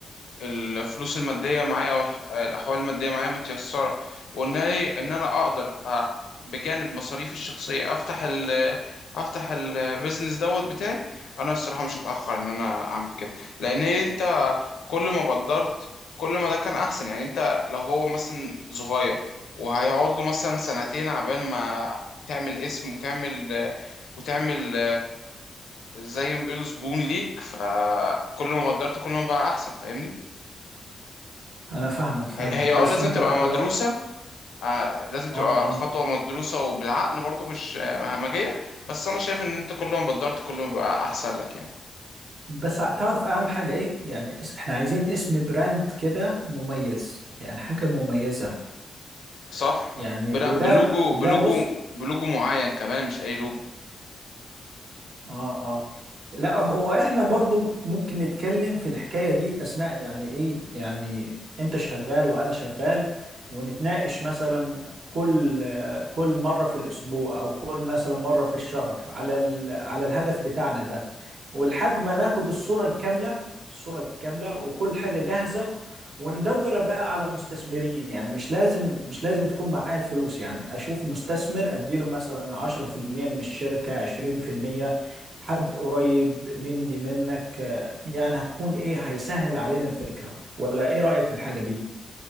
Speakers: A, on the left; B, on the right.
A: الفلوس الماديه معايا او الح- الاحوال الماديه معايا متيسره وان أنا- إيه، ان انا اقدر أ- بجانب مصاريفي الشخصيه افتح ال افتح البيزنس دوت بتاعي انا الصراحه مش هتاخر ان انا اعمل كده لان هي انت كل ما بدرت كل ما ده كان احسن يعني انت لو هو مثلا صغير وهيقعد له مثلا سنتين عبال ما تعمل اسم وتعمل وتعمل زي ما بيقولوا زبون ليك فكل ما قدرت كل ما بقى احسن فاهمني
B: انا فاهمك فاهمك
A: هي هي اه
B: بس
A: لازم
B: انت
A: تبقى مدروسة
B: لو
A: آه، لازم تبقى
B: اه
A: الخطوة
B: اه
A: مدروسة وبالعقل برضو مش آه، همجية بس انا شايف ان انت كل ما قدرت كل ما بقى احسن لك يعني
B: بس تعرف اهم حاجة ايه يعني اس- احنا عايزين اسم براند كده مميز يعني حاجة مميزة
A: صح
B: يعني
A: بلا-
B: وده
A: بلوجو
B: وده
A: بلوجو
B: بص
A: بلوجو معين كمان مش اي لوجو
B: اه اه لا هو احنا برضو ممكن نتكلم في الحكاية دي اثناء يعني ايه يعني انت شغال وانا شغال ونتناقش مثلا كل كل مرة في الاسبوع او كل مثلا مرة في الشهر على ال... على الهدف بتاعنا ده ولحد ما ناخد الصورة الكاملة الصورة الكاملة وكل حاجة جاهزة وندور بقى على مستثمرين يعني مش لازم مش لازم تكون معايا الفلوس يعني اشوف مستثمر اديله مثلا 10% من الشركة 20% حد قريب مني منك آه، يعني هتكون ايه هيسهل علينا الفكرة ولا ايه رأيك في الحاجة دي